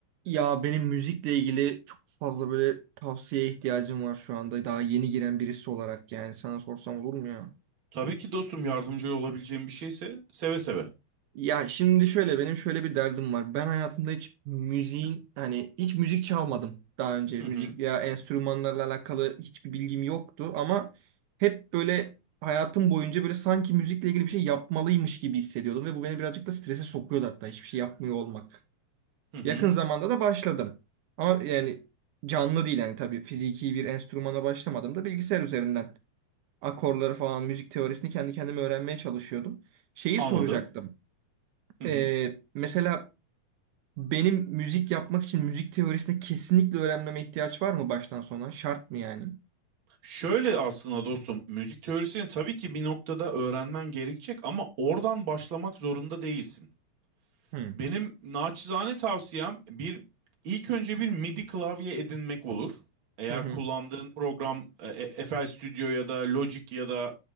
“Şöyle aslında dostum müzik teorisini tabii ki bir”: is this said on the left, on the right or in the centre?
Right